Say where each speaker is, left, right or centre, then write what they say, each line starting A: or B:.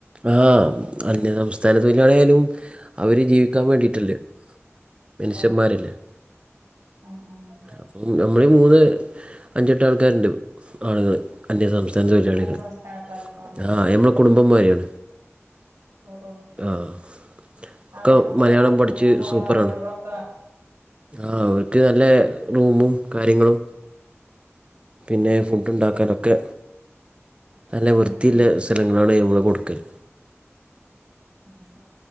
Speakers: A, on the right; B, on the right.
A: ആഹ് അന്യ സംസ്ഥാന തൊഴിലാളിയായാലും അവര് ജീവിക്കാൻ വേണ്ടീട്ടല്ലേ? മന്ഷ്യമ്മാരല്ലേ?
B: ഓ ആഹ് ആഹ്
A: അപ്പം നമ്മളീ മൂന്ന് അഞ്ചെട്ട് ആൾക്കാര്ണ്ട് ആള്കള്, അന്യ സംസ് സ്ഥാന തൊഴിലാളികള്.
B: അന്യ സംസ്ഥാനക്കാര് ഓ
A: ആഹ് നമ്മള് കുടുംബം മാരിയാണ്.
B: ഓ ഓ
A: ആഹ്, ഒക്കെ
B: അവർക്കെന്താ
A: മലയാളം പഠിച്ച്
B: റൂമുകളോ
A: സൂപ്പറാണ്.
B: വീടുകളൊക്കെ
A: ആഹ് അവർക്ക് നല്ല റൂമും കാര്യങ്ങളും പിന്നെ
B: ആഹ്
A: ഫുഡ്ഡ്‌ ഇണ്ടാക്കാനൊക്കെ നല്ല വൃത്തിയില്ലെ
B: ആഹ്
A: സ്ഥലങ്ങളാണ് നമ്മള് കൊട്ക്കല്.
B: ആഹ്